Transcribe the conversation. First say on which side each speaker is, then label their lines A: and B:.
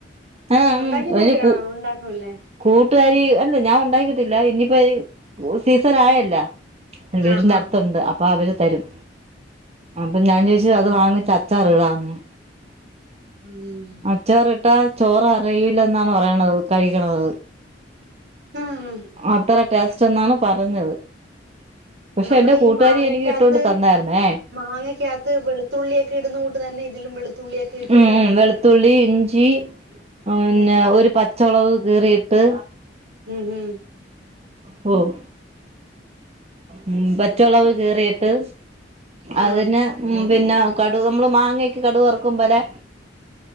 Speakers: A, on the right; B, on the right.
A: ആഹ്
B: ഉണ്ടാക്കി
A: ഉം
B: നോക്കി
A: ഒരു കൂ
B: ആ ഉണ്ടാക്കുംല്ലേ
A: കൂട്ടുകാരി അല്ല ഞാൻ ഉണ്ടാക്കിട്ടില്ല ഇനിപ്പോ സീസൻ ആയല്ല വീടിന്റെ
B: ആഹാ
A: അടുത്തുണ്ട് അപ്പ അവരെ തരും അപ്പം ഞാൻ വിചാച് അത് വാങ്ങിച്ച് അച്ചാറെ ഇടാന്നെ
B: ഉം
A: അച്ചാറിട്ടാ ചോറ് അറിയുല്ലന്നാണ് പറയണത് കഴിക്കണത്
B: ഉം
A: അത്ര ടേസ്റ്റ് എന്നാണ് പറഞ്ഞത് പക്ഷെ
B: നമ്മള്
A: എന്റെ കൂട്ടുകാരി
B: ഈ മാങ്ങക്കകത്ത്
A: എനിക്ക് ഇട്ടൊണ്ട് തന്നായിരുന്നെ
B: മാങ്ങക്കകത്ത് വെളുത്തുള്ളിയൊക്കെ ഇടുന്നകുട്ടേ തന്നെ ഇതിലും വെളുത്തുള്ളിയൊക്കെ ഇട്ടില്ലേ
A: ഉം ഉം വെളുത്തുള്ളി ഇഞ്ചി പിന്നെ
B: ഉം
A: ഒരു പച്ചോളവ് കീറിയിട്ട്
B: ഈ ഹി
A: പോവും ഉം പച്ചോളൊക്കെ കീറിട്ട്
B: ആഹ്
A: അതിന് ഉം പിന്നെ കടുക് അമ്മള് മാങ്ങെക്കെ കടുവറ ക്കുംമ്പോലെ